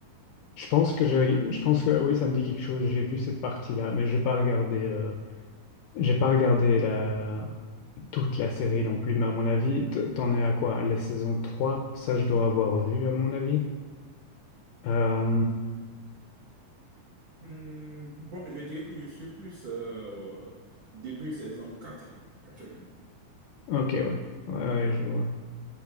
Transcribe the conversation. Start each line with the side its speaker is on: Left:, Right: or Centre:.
Left: Je pense que je, je pense que oui, ça me dit quelque chose. J'ai vu cette partie-là, mais j'ai pas regardé, euh, j'ai pas regardé la, toute la série non plus, mais à mon avis, t- t'en es à quoi? La saison 3 ça je dois avoir vu à mon avis. Euh,
Right: Hmm, bon, je dirais que je suis plus euh, au début saison 4 actuellement.
Left: ok, ouais. Ouais, ouais, je vois.